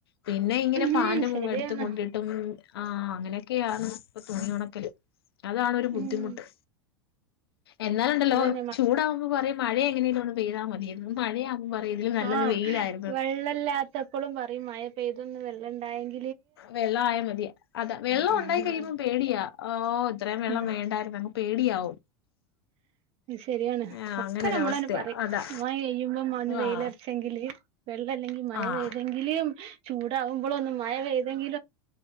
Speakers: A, on the left; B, on the right.
A: പിന്നെ ഇങ്ങനെ
B: ഉം
A: ഫാനിന്റെ മു
B: ശരിയാണ്
A: എടുത്തു കൊണ്ടിട്ടും ആ അങ്ങിനൊക്കെയാണ് പ്പൊ തുണി ഒണക്കല് അതാണൊരു ബുദ്ധിമുട്ട്
B: ഉം
A: എന്നാലുണ്ടല്ലോ
B: അതന്നെ മ
A: ചൂടാവുമ്പോ പറയും മഴ എങ്ങനേലൊ പെയ്താ മതിയെന്ന് മഴയാവുമ്പം പറയും ഇതില് നല്ലത്
B: ആ
A: വെയിലായി
B: വെള്ളല്ലാത്തപ്പളും പറയും മഴപ്പെയ്തൊന്ന് വെള്ളണ്ടായെങ്കി
A: വെള്ളം ആയാ മതിയാ അതാ വെള്ളം
B: പറയും
A: ഉണ്ടായി കഴിയുമ്പോ പേടിയാ ഓ ഇത്രയും വെള്ളം
B: ആ
A: വേണ്ടായിരുന്നു പേടിയാവും
B: ശരിയാണ്
A: ആഹ്
B: ഒക്കെ
A: അങ്ങനൊരവസ്ഥയാ
B: നമ്മളന് പറയും
A: അതാ
B: മഴ പെയുമ്പം വെയിലറച്ചെങ്കില്
A: ആഹ്
B: വെള്ളല്ലെങ്കിൽ മഴ
A: ആഹ്
B: പെയ്തെങ്കിലും ചൂടാവുമ്പൊളൊന്നും മയ പെയ്തെങ്കി